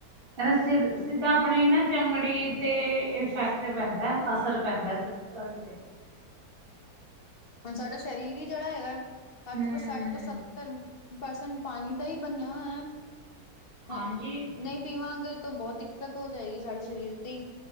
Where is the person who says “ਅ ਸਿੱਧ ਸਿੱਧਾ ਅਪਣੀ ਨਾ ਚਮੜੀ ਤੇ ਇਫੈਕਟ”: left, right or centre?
Right